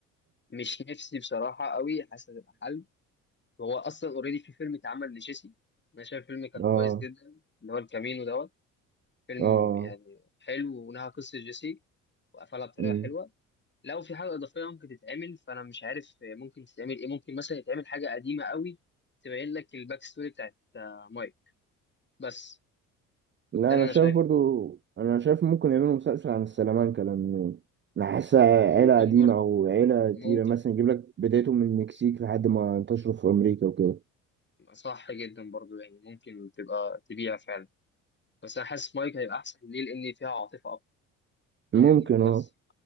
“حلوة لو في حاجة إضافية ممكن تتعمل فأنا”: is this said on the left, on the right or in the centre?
Left